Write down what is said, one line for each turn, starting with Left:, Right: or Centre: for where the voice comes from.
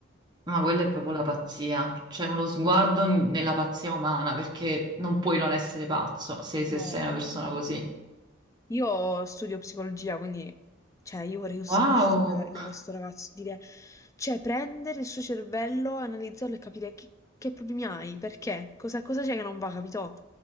Right: Ma quella è proprio la pazzia, c'è uno sguardo n- nella pazzia umana, perché non puoi non essere pazzo se, se
Left: no.
Right: sei una persona così.
Left: Io studio psicologia, quindi, cioè, io vorrei un sacco
Right: Wow!
Left: studiarlo, questo ragazzo, dire, cioè, prendere il suo cervello, analizzarlo e capire che, che problemi hai, perché, cosa cosa c'è che non va, capito?